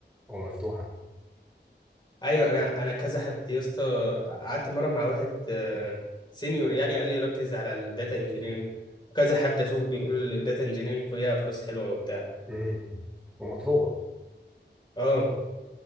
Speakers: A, in the centre; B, on the left (about 25°).
A: ومفتوحة
B: ايوه انا انا كذا حد يا اسطى قعدت مرة مع واحد سينيور يعني قال لي ركز على الداتا انجينيرنج كذا حد اشوف بيقول الداتا انجينيرنج فيها فلوس حلوة وبتاع
A: امم ومطلوبة
B: اه